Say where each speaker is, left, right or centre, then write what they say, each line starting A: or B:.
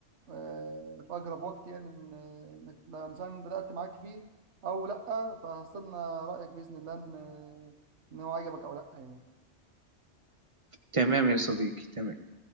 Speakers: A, on the right; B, on the right.
A: آه، في أقرب وقت يعني إن- إنك لو مثلا بدأت معاك فيه أو لأ فهستنى رأيك بإذن الله إن إن هو عجبك أو لأ يعني
B: تمام يا صديقي تمام